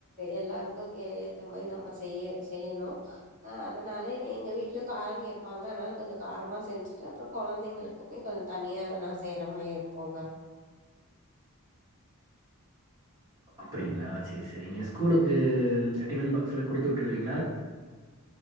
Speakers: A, on the right (about 35°); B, on the right (about 20°).
A: எல்லாருக்கு ஏத்த மாதிரி நம்ம செய்ய செய்யணு அத அதனால என்ன எங்க வீட்லயு காரங்கேப்பாங்க அதனால கொஞ்சோ காரமா செஞ்சிட்டு அப்றோ கொழந்தைங்களுக்குமே கொஞ்சோ தனியா அத நா செய்ற மாரி இருக்கோங்க
B: அப்டிங்களா சேரி சேரிங்க ஸ்கூலுக்கு டிபன் பாக்ஸ்ல்லா குடுத்து உட்ருவீங்களா